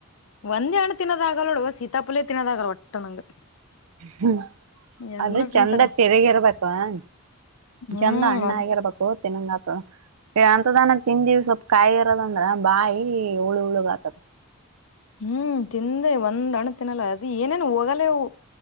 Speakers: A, on the left; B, on the right.
A: ಒಂದೇ ಹಣ್ಣು ತಿನ್ನೋದಾಗಲ್ಲ ನೋಡು ಸೀತಾಪುಲ್ಲೇ ತಿನ್ನೋದಾಗಲ್ ಒಟ್ಟ ನಂಗ.
B: ಹ್ಮ ಹ
A: ಎಲ್ಲಾರ
B: ಅದು ಚಂದ
A: ತಿಂತಾರ
B: ತಿರಗಿರ್ಬೇಕು. ಬನ್
A: ಹ್ಮ್
B: ಜಂದ ಅಣ್ಣ
A: ಒಂದ್
B: ಆಗಿರ್ಬೇಕು. ತಿನ್ನಂಗ ಆತದ ಎಂಥದನ ತಿಂದಿವಿ ಸ್ವಲ್ಪ ಕಾಯಿ ಇರದಂದ್ರ ಬಾಯಿ ಹುಳು ಉುಳುಗ್ ಆತದ.
A: ಹ್ಮ್ ತಿಂದೆ ಒಂದ್ ಹಣ್ ತಿನ್ನಲ್ಲ ಅದ್ ಏನೇನು ಹೋಗಲ್ಲೇವು.